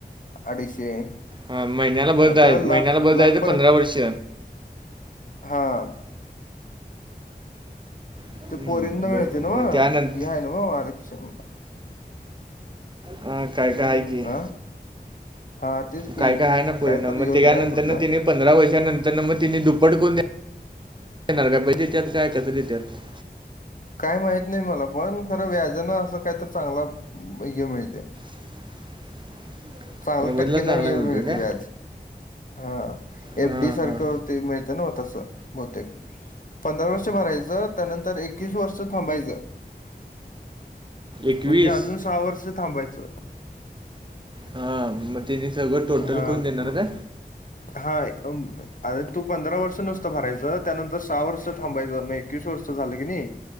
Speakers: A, on the left; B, on the right.
A: अडीचशे
B: हा महिन्याला भरत
A: आता
B: आहे
A: लाख
B: महिन्याला भरत जायचं
A: लाख
B: पंधरा वर्ष
A: हां
B: हम्म,
A: ते पोरिंना मिळते
B: बरं.
A: ना
B: मग
A: म
B: त्यानंतर
A: हे आहे ना व आरक्षण
B: हा काय काय एक
A: हा हा तेच की
B: काय काय आहे ना पूर्ण
A: तर
B: मग
A: योजना
B: त्याच्यानंतर
A: आहे कुठलं
B: तेनी पंधरा वर्षानंतर मग तिने दुप्पट करून देणार का देत्या का? <unintelligible>
A: काय माहित नाही मला पण खरं व्याजानं असं काय तर चांगला हे मिळते.
B: <inaudible>
A: चांगले
B: मोबाईलला
A: टक्के
B: चांगला
A: न हे मिळते
B: काय
A: व्याज. हा
B: हां
A: एफ डी सारखं
B: हां
A: ते मिळते ना तसं बहुतेक पंधरा वर्ष भरायचं त्यानंतर एकवीस वर्ष थांबायचं
B: एकवीस
A: म्हणजे अजून सहा वर्ष थांबायचं.
B: हा मग तिने सगळं टोटल
A: हा
B: करून देणार
A: म-
B: का?
A: हा. अरे तू पंधरा वर्ष नुसतं भरायचं त्यानंतर सहा वर्ष थांबायचं म एकवीस वर्ष झालं की नाही.